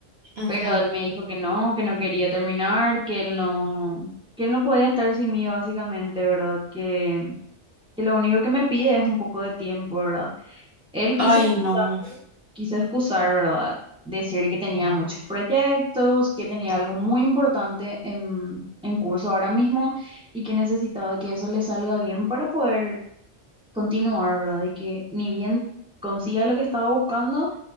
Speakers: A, on the right; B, in the centre.
A: ujú.
B: Pero él me dijo que no, que no quería terminar, que él no, que él no podía estar sin mí básicamente, ¿verdad? Que, que lo único que me pide es un poco de tiempo, ¿verdad? Él quiso
A: Ay,
B: excusar,
A: no.
B: quiso excusar, ¿verdad? Decir que tenía muchos proyectos, que tenía algo muy importante en, en curso ahora mismo y que necesitaba que eso le salga bien para poder continuar, ¿verdad? Y que ni bien consiga lo que estaba buscando,